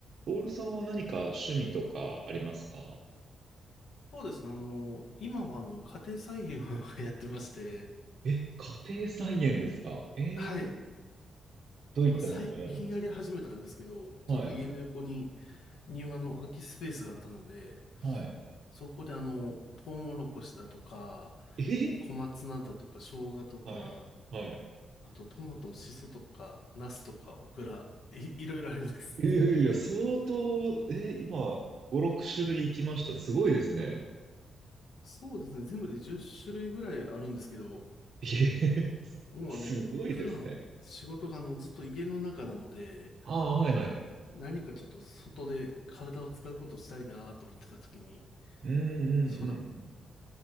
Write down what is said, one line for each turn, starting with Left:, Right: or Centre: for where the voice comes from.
Right: ロールさんは何か趣味とかありますか
Left: そうですね。あの、今はあの、家庭菜園を <laughs> やってまして、
Right: え、家庭菜園ですかえ
Left: はい。
Right: ー、どういったものをやるんですか
Left: まあ、最近やり始めたんですけど、
Right: はいはい。
Left: ちょっと家の横に庭の空きスペースがあったので、
Right: はい。
Left: そこであの、トウモロコシだとか、
Right: え
Left: 小松菜だとか、生姜とか、
Right: はい。はい。
Left: あとトマト、シソとか、ナスとか、オクラ、い、いろいろあります。
Right: いやいやいや、相当、えー今、5、6種類いきました。すごいですね。
Left: そうですね。全部で10種類ぐらいあるんですけど、
Right: えへへ
Left: もうあの、
Right: すごいですね。
Left: 普段仕事があの、ずっと家の中なので、
Right: ああ、はいはい。
Left: 何かちょっと外で体を使うことしたいなと思ってた時に、
Right: うんうんうん
Left: そうだ、